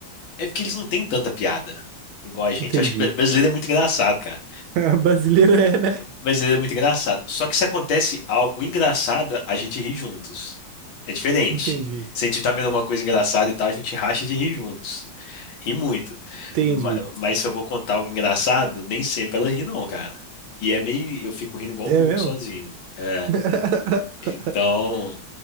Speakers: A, on the left; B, on the right.
A: é porque eles não têm tanta piada igual a gente.
B: entendi.
A: Acho que brasileiro é muito engraçado, cara.
B: <laughs> Brasileiro é, né?
A: Brasileiro é muito engraçado. Só que se acontece algo engraçado, a gente ri juntos. É diferente.
B: Entendi.
A: Se a gente tá vendo alguma coisa engraçada e tal, a gente racha de rir juntos. Ri muito.
B: Entendi.
A: Ma- Mas, se eu vou contar algo engraçado, nem sempre ela ri, não, cara. E é meio. Eu fico rindo igual
B: É
A: bobo
B: mesmo?
A: sozinho. É.
B: <laughs>
A: Então.